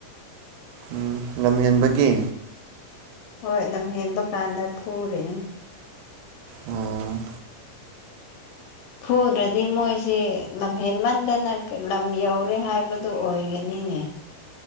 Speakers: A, on the right; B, on the left.
A: ꯎꯝ ꯅꯝꯍꯦꯟꯕꯒꯤ
B: ꯍꯣꯏ ꯂꯝꯍꯦꯟꯕ ꯀꯥꯟꯗ ꯐꯨꯨꯔꯤꯅꯦ
A: ꯑꫭ
B: ꯐꯨꯗ꯭ꯔꯗꯤ ꯃꯣꯏꯁꯦ ꯂꯝꯍꯦꯟꯃꯟꯗꯅ ꯀ ꯂꯝ ꯌꯧꯔꯦ ꯍꯥꯏꯕꯗꯨ ꯑꯣꯏꯒꯅꯤꯅꯦ